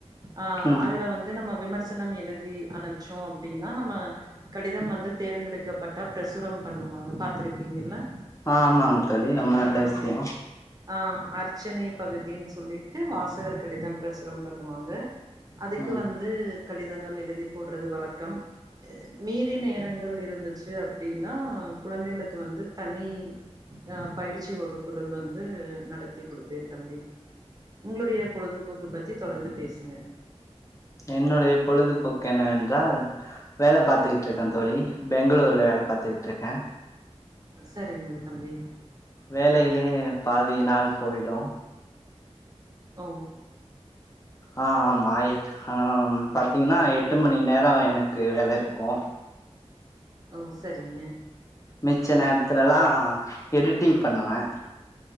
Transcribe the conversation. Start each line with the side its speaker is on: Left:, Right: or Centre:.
Right: ஆ
Left: ம்
Right: அதுல வந்து நம்ம விமர்சனம் எழுதி அனுச்சோ அப்டினா நம்ம கடிதம் வந்து தேர்ந்தெடுக்கப்பட்ட ப்ரசுரம் பண்ணுவாங்க பாத்திருப்பீங்கல்ல
Left: ஆமாங்க தோழி ரொம்ப நல்ல
Right: ஆ
Left: விஷய
Right: ஆ அர்ச்சனை பகுதின் சொல்லிட்டு வாசகர் கடிதம் ப்ரசுரம் பண்ணுவாங்க அதுக்கு
Left: ம்
Right: வந்து கடிதங்கள் எழுதி போடுறது வழக்கம் மீதி நேரங்கள் இருந்துச்சு அப்டின்னா குழந்தைகளுக்கு வந்து தனி அ பயிற்சி வகுப்புகள் வந்து நடத்தி குடுப்பேன் தம்பி உங்களுடைய பொழுதுபோக்கு பத்தி தொடர்ந்து பேசுங்க
Left: என்னுடைய பொழுதுபோக்கு என்னவென்றால் வேல பாத்துக்கிட்டு இருக்கே தோழி பெங்களூர்ல வேல பாத்துக்கிட்டு இருக்கே
Right: சரிங்க தம்பி
Left: வேலையிலயே பாதி நாள் போயிடு
Right: ஓ
Left: ஆ ஆமாய் ஆ பாத்தீங்கன்னா எட்டு மணி நேர எனக்கு வேல இருக்கு
Right: ஓ சரிங்க
Left: மிச்ச நேரத்துலலா எடிட்டிங் பண்ணுவே